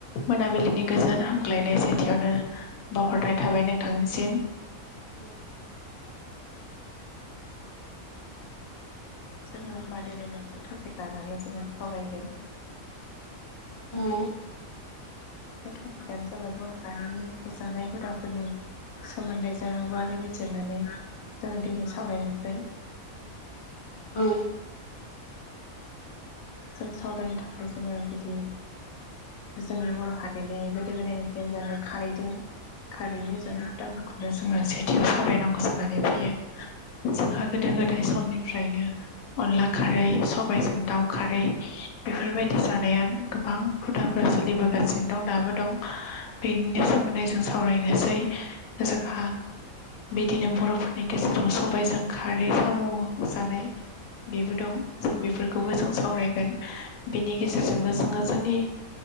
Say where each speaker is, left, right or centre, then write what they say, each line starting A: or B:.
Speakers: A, on the left; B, on the left.
A: मोनाबिलिनि गोजोन हामग्लायनाय सेथियावनो बावहरनाय थाबाय नोंथांनिसिम
B: नोंथांनिसिमबो
A: जोङो होमबा दिनै मोनसे टपिक लानानै जोङो सावरायगोन।
B: औ
A: बे टपिकआनो जाबाय बर' हारिनि जानाय हुदाफोरनि सोमोन्दै जों गुवारारि बिजिरनानै जोङो दिनै सावरायनोसै
B: औ
A: जों सावरायनो थाखाय जोङो बिदि जोंनि बर' हारिनि गोदो गोदायनिफ्रायनो जानाय खारैदों। खारैनि जानाय खुदाफोरखौनो जोङो सेथियाव सावरायनांगौ जानानै फैयो। जोंहा गोदो गोदाय समनिफ्रायनो अनला खारै, सबायाइजों दाउ खारै बेफोरबायदि जानाया गोबां हुदाफोरा सोलिबोगासिनो दं दाबो दं बेनि सोमोन्दै जों सावरायनोसै जोंहा बिदिनो बर'फोरनि गेजेराव सबाइजों खारै साम' जानाय बेबो दं जों बेफोरखौबो जों सावरायगोन बिनि गेजेरजोंनो जोङो जोंनि